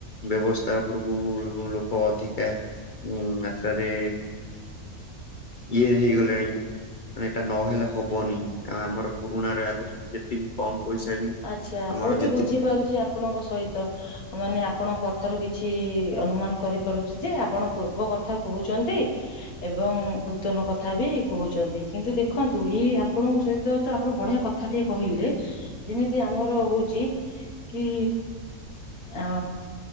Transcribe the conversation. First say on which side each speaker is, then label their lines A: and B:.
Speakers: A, on the left (about 50°); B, on the left (about 80°).
A: ବ୍ୟବସ୍ଥା ଉପରକୁ ଲୋକ ଅଧିକା ହୁଁ ମାତ୍ରାରେ ଇଏହେଇଗଲେଣି। ମାନେ ଏଇଟା ନହେଲେ ହବନି ଆଉ ଆମର ପୁରୁଣ ର ଆଗରୁ ଯେତିକି କମ ପଇସା ବି
B: ଆଚ୍ଛା
A: ଆମର
B: ମୁଁ ବି
A: ଯେତିକି
B: ବୁଝିପାରୁଛି ଆପଣଙ୍କ ସହିତ ମାନେ ଆପଣଙ୍କ କଥାରୁ କିଛି ଅନୁମାନ କରିପାରୁଛି ଯେ ଆପଣ ପୂର୍ବ କଥା କହୁଛନ୍ତି ଏବଂ ନୂତନ କଥା ବି କହୁଛନ୍ତି କିନ୍ତୁ ଦେଖନ୍ତୁ ଏଇ ଆ ଆପଣଙ୍କ ସହିତ ତ ଆପଣ ବଢିଆ କଥା ଟିକେ କହିଲେ। ଯେମିତି ଆମର ହଉଛି କି ଅ